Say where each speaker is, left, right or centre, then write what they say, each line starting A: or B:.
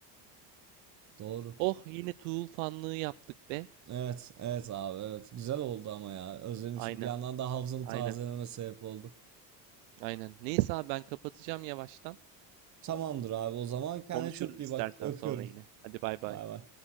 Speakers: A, on the right; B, on the right.
A: Doğru.
B: Oh yine Tool fanlığı yaptık be.
A: Evet, evet abi, evet. Güzel oldu ama ya. Özlemişim.
B: Aynen.
A: Bir yandan da hafızamı
B: Aynen.
A: tazelememe sebep oldu.
B: Aynen. Neyse abi ben kapatacağım yavaştan.
A: Tamamdır abi. O zaman kendine
B: Konuşuruz
A: çok iyi
B: istersen
A: bak. Öpüyorum.
B: sonra yine. Hadi bay bay.
A: Bay bay.